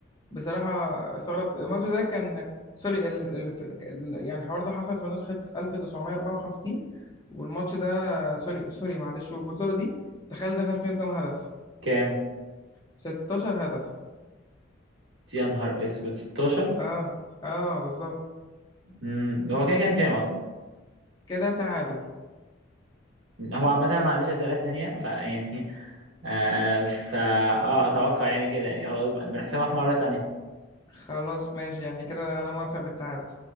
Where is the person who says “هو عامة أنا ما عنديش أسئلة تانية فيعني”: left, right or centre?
Right